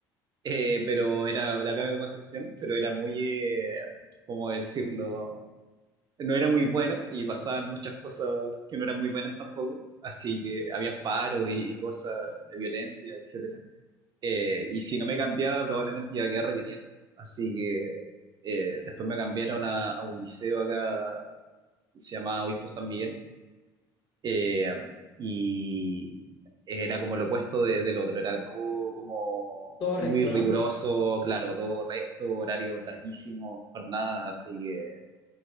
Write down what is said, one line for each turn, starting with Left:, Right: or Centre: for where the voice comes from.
Right: Eh, pero era de acá de Concepción, pero era muy, eh, ¿cómo decirlo? No era muy bueno y pasaban muchas cosas que no eran muy buenas tampoco, así que habían paros y, y cosas de violencia, etcétera. Eh, y si no me cambiaba, probablemente iba a quedar repitiendo, así que eh, después me cambiaron a, a un liceo acá, se llamaba Obispo San Miguel, eh, y era como lo opuesto de- del otro, era todo como
Left: Todo recto,
Right: muy riguroso,
Left: ¿no?
Right: claro, todo recto, horarios larguísimos, jornadas, así que